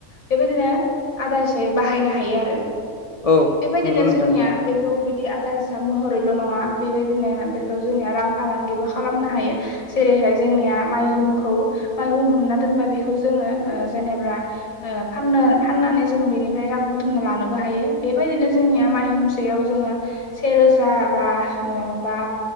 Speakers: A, on the left; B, on the left.
A: बेबायदिनो आदार हिसाबै बाहायनो हायो आरो।
B: औ
A: बेबायदिनो
B: नंगौ नोंथां
A: जोंनिया
B: नंगौ
A: बे बेखौ बिदि आदार हिसाब महरैल' नंङा बेबायदिनो बेखौ जोंनिया रां फालांगिबो खालामनो हायो। जेरैहाय जोंनिया माइहुमखौ माइहुम हुमना दोनबा बेखौ जोंङो ओ जेनेबला ओ फाननो फाननानै जों बेनिफ्राय रां बुथुमना लानोबो हायो बेबायदिनो जोंनिया माइहुम बेयाव जोंङो सेे रोजा बा ओ बा